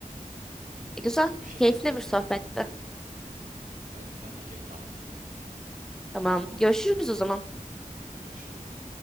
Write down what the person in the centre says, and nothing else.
E,
güzel.
Keyifli bir sohbetti.
Tamam. Görüşürüz o zaman.